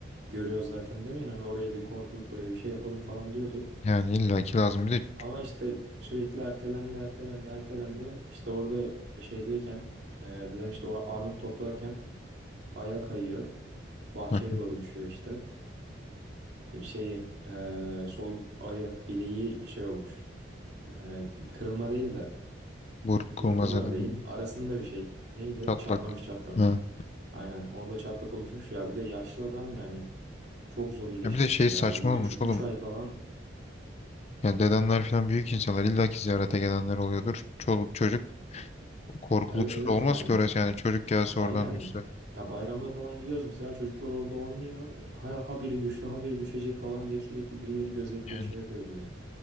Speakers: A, on the right (about 65°); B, on the left (about 35°).
A: görüyoruz zaten demeyin hani oraya bir korkuluk böyle bir şey yapalım falan diyordu.
B: Yani illaki lazım bir de
A: Ama işte sürekli ertelendi ertelendi ertelendi işte orada şeydeyken e, dedem işte o armut toplarken ayağı kayıyor bahçeye
B: Hı hı.
A: doğru düşüyor işte E, şeyi e, sol ayak bileği şey olmuş E, kırılma değil de.
B: burkulmaz
A: Burkulma
B: dedim.
A: da değil. Arasında bir şey. Neydi?
B: Çatlak.
A: Çatlamış çatlamış.
B: Ha.
A: Aynen. Orada çatlak oluşmuş ya. Bir de yaşlı adam yani. Çok zor iyileşmişti
B: Ya bir de şey
A: ya.
B: saçma
A: Hani bir 3
B: olmuş
A: 3
B: oğlum.
A: ay falan.
B: Yani dedenler falan büyük insanlar illaki ziyarete gelenler oluyordur. Çoluk çocuk korkuluksuz
A: Evet evet
B: olmaz
A: yani.
B: ki orası yani çocuk gelse
A: Aynen.
B: oradan düşse.
A: Ya bayramda falan gidiyoruz. Mesela çocuklar orada oynuyor. Ha, ha biri düştü ha biri düşecek falan diye sürekli birileri gözetliyor
B: Yani
A: şey yapıyordu yani.